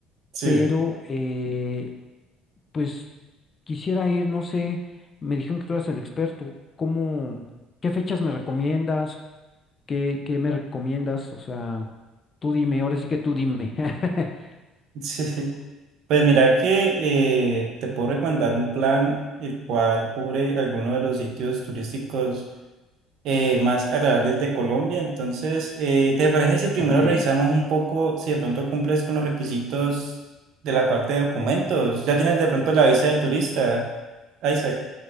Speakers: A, on the right (about 55°); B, on the left (about 20°).
A: Sí,
B: pero, eh, pues quisiera ir, no sé, me dijeron que tú eras el experto. ¿Cómo, qué fechas me recomiendas? ¿Qué, qué me recomiendas? O sea, tú dime, ahora sí que tú dime. <laughs>
A: <laughs> sí. Pues mira que eh, te puedo recomendar un plan el cual cubre algunos de los sitios turísticos eh, más agradables de Colombia. Entonces, eh, ¿te parece si primero
B: Ok.
A: revisamos un poco si de pronto cumples con los requisitos de la parte de documentos? ¿Ya tienes de pronto la visa de turista, Ah, Isaac?